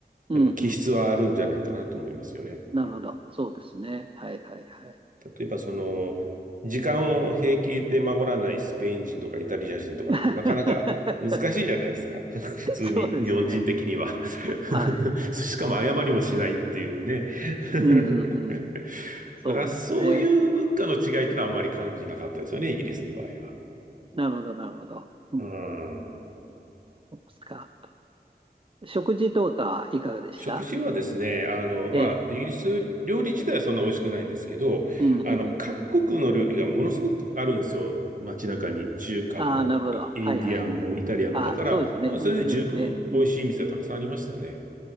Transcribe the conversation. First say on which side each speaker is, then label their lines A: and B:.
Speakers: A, on the right (about 30°); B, on the right (about 50°).
A: うんうんうん。
B: あの、気質はあるんじゃないかなと思いますよね。
A: なるほど。そうですね。はいはいはい。
B: 例えばその、時間を平気で守らないスペイン人とかイタリア人とかだとなかなか難しいじゃないですか。
A: <laughs>
B: <laughs> 普通に、
A: そうですね。
B: 日本人的には
A: はい。
B: <laughs> しかも謝りもしないっていうね <laughs>
A: うんうんうん。そうですね。
B: だからそういう文化の違いってのはあんまり感じなかったですよね、イギリスの場合は。
A: なるほどなるほど。うん。
B: うん。
A: そうですか。食事とかいかがでした
B: 食事はですね、あの、まあ、
A: ええ。
B: イギリス料理自体はそんな美味しくないんですけど、
A: うんうん。
B: あの、各国の料理がものすごくあるんですよ。街中に。中華も、
A: ああ、なるほど。はいはいはい。
B: インディアンも、イタリアンも。
A: ああ、
B: だから、
A: そうですね。
B: もうそれで十分美味しい店はたくさんありましたね。
A: インド料理ね。うん